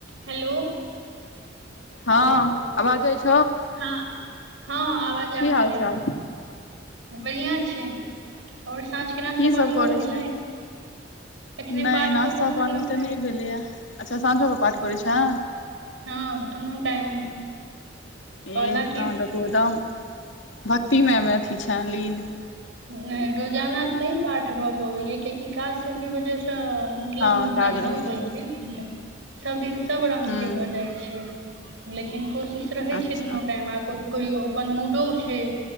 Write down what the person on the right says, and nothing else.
Hello
हँ हँ हँ आवाज
आबय
याअ
बढ़िआँ छै आओर साँझके नाश्ता
पानी
भऽ गेलै
एखने
पाठ
कऽ कऽ उठलहुँ
ह
हँ दुनू टाइम हालाँकि
नहि रोजाना तऽ नहि पाठ भऽ पबैय कियकि काज सबके वजहसँ तऽ मतलब
नहियो
होइ
छै सब दिन सब रंग
के भऽ जाइ छै लेकिन को किश रहै
छै दुनू टाइम आ क कहियो ओ मूडो छै